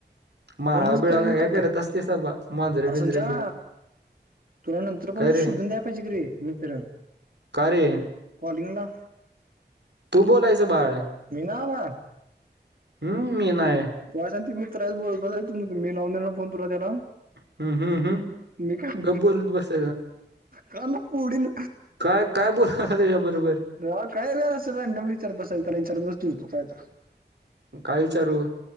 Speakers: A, on the right (about 75°); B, on the right (about 55°).
A: माळा
B: फोनच
A: बिळावा
B: करेन
A: काय काय
B: कट
A: करत असते स मांजरे
B: अरे
A: बिंजरे
B: संच्या
A: घेऊन.
B: तुला नंतर
A: काय
B: पण
A: रे
B: शोधून द्याय पाहिजे के म तर्र.
A: का रे
B: कवालिंगला.
A: तू बोलायचं बाळ.
B: मी नई बावा.
A: हम्म मी नाही.
B: तां मी्रय ब मी लावनई फोन तला त्याला.
A: हम्म हम्म हम्म
B: मी काय
A: गब्बूलत बस.
B: कान फोडीन
A: काय काय बोलणार त्याच्या बरोबर.
B: ह काय वेय असेलडबलली चार बसयला चार दिस दिसतो काय का.
A: काहीचारू